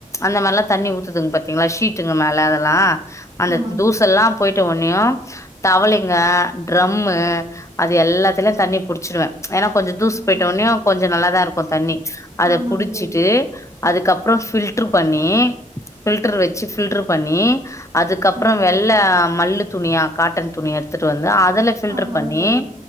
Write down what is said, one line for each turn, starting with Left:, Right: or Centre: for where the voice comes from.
Left: அந்த மாரி எல்லாம் தண்ணி ஊத்துங்க பாத்தீங்களா ஷீட்டுங்க மேல அதெல்லா அந்த
Right: ஆமாங்க.
Left: தூசெல்லா போயிட்ட ஒன்னியும் தவளைங்க ட்ரம்மு அது எல்லாத்துலயும் தண்ணி புடிச்சிடுவே ஏன்னா கொஞ்சோ தூசு
Right: ஆ
Left: போயிட்ட ஒனனே கொஞ்சோ நல்லாதா இருக்கு தண்ணி அத
Right: ஆமாங்க
Left: புடிச்சிட்டு
Right: தோழி.
Left: அதுக்கப்றோ பில்டர் பண்ணி பில்டர் வச்சி பில்டர் பண்ணி அதுக்கப்றோ
Right: சரிங்க
Left: வெள்ள
Right: தோழி.
Left: மல்லு துணியா காட்டன் துணியா எடுத்துட்டு வந்து அதுல பில்டர்
Right: ஆமாங்க
Left: பண்ணி
Right: தோழி